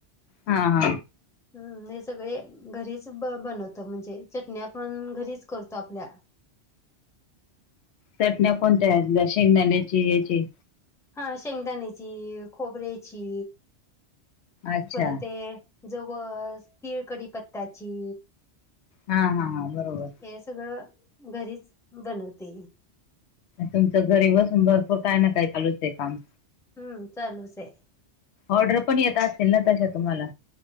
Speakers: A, on the left; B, in the centre.
A: हा हा.
B: हम्म हे सगळे घरीच ब बनवतो म्हणजे चटण्या पण घरीच करतो आपल्या.
A: चटण्या कोणत्या शेंगदाण्याची याची.
B: हा शेंगदाणेची खोबरेची
A: अच्छा
B: परत ये. जवस तिळकढी पत्ता्याची.
A: हा हा हा बरोबर.
B: हे सगळ घरीच बनवते.
A: तुमचं घरी बसून भरपूर काय ना काय चालूच आहे काम.
B: हम्म चालूच हे.
A: ऑर्डर पण येत असेल ना तशा तुम्हाला.